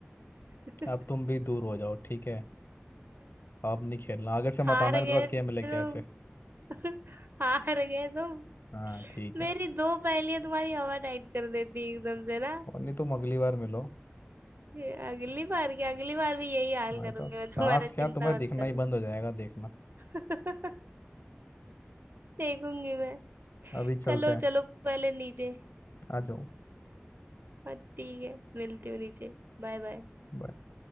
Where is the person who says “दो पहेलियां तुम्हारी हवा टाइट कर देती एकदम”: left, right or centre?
Right